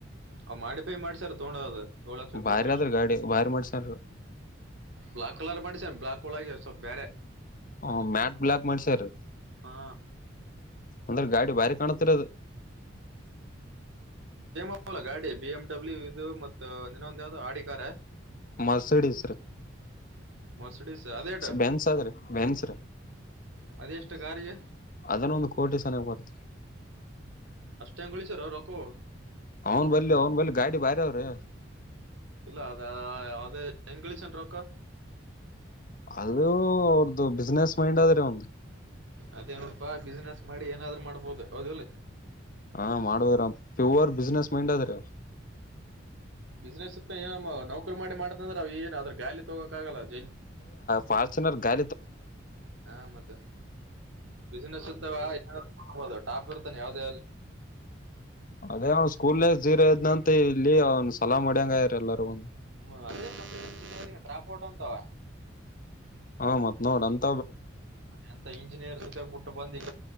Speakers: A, on the right (about 75°); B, on the left (about 45°).
A: ಆ ಮಾಡಿಫೈ ಮಾಡ್ಸರ್ ತೊಗಂಡೋದು ಏಳ ಲಕ್ಷ ಕೊಟ್ಟ.
B: ಬಾರಿ ಅದ್ರ ಗಾಡಿ ಬಾರಿ ಮಾಡ್ಸ್ಯಾರ
A: ಬ್ಲಾಕ್ ಕಲರ್ ಮಾಡಸನ. ಬ್ಲಾಕ್ ಒಳಗೆ ಬೇರೆ
B: ಹ ಮ್ಯಾಟ್ ಬ್ಲಾಕ್ ಮಾಡ್ಸರೀ.
A: ಹಾ
B: ಅಂದ್ರೆ ಗಾಡಿ ಬಾರಿ ಕಾಣತ್ತದರಿ ಅದು.
A: ಹೌಲ್ಲ <unintelligible> ಗಾಡಿ ಬಿ, ಎಮ್, ಡಬ್ಲ್ಯೂಇದು ಮತ್ತ ಇನ್ನೊಂದ ಯಾವ್ದು ಆಡಿಕಾರ
B: ಮರ್ಸಿಡಸ್
A: ಮರ್ಸಿಡೀಸ್ ಅದೇಟ
B: ಬ್ಯೇನ್ಸ ಅದ್ರೀ ಬ್ಯೇನ್ಸ್ ರೀ
A: ಅದೆಷ್ಟು ಕಾರಿಗೆ
B: ಅದನ್ನು ಒಂದು ಕೋಟಿ ಸನಾಕಬರುತ್ತೆ.
A: ಅಷ್ಟೆಂಗ ಉಳಿಸಾರ್ ರಕ್ಕೋ ಅವರು.
B: ಅವನ್ ಬಲ್ಲಿ ಅವ್ನ್ ಬಲ್ಲಿ ಗಾಡಿ ಬಾರಿ ಆವ್ರಿ.
A: ಇಲ್ಲ ಅದ ಅದು ಹೆಂಗ ಗಳೀಷ್ನ್ಯಾನ ರೊಕ್ಕ.
B: ಅದು ಅವ್ರದ್ದ ಬಿಸಿನಸ್ ಮೈಂಡ್ ಆದ ಆದರಿ ಅಲ್ಲಿಂದ.
A: ಅದೇನೋಡಪಾ ಬಿಸ್ನನೆಸ್ ಮಾಡಿ ಏನಾದ್ರು ಮಾಡ್ಬೋದು ಹೌದಲ್ಲ.
B: ಹಾ, ಮಾಡದ್ರ ಪ್ಯೂವರ್ ಬಿಸ್ನೆಸ್ ಮೈಂಡ್ ಆದ್ ಅವ್ರ
A: ಬಿಸ್ನೆಸ್ ಇಕ್ ಏನ ನೌಕರಿ ಮಾಡ್ತ ಅಂದ್ರೆ ಏನ್ ಅದರವ್ಯಾಲೂವ ತಗೋಕ್ ಆಗಲ್ಲ. ಅದು-
B: ಫಾರ್ಚುನರ್ ಗ <unintelligible>
A: ಹಾ, ಮತ್ತ ಬಿಸ್ನೆಸ್ ಇತ್ತಬ ಟಾಪ್ ಇರ್ತಾನ ಯಾವ್ದ
B: ಅದೇ ಅವನ್ ಸ್ಕೂಲ್ ನಲ್ಲಿ ಜಿರೊಇದ್ನ ಅಂತ ಇಲ್ಲಿ ಅವ್ನ್ ಸಲಾಂ ಒಡ್ಯಂಗಯ್ರ ಎಲ್ಲಾರೂ. ಒಂದ್
A: ಹ್ಮದ <unintelligible> ಡ್ರಾಪ್ ಔಟ ಅಂತಾವ
B: ಹಾ ಮತ್ ನೋಡ ಅಂತ <unintelligible>
A: ಹ ಎಂತ ಇಂಜಿನಿಯರ್ ಸತಕಬುಟ್ಟು ಬಂದ ಇ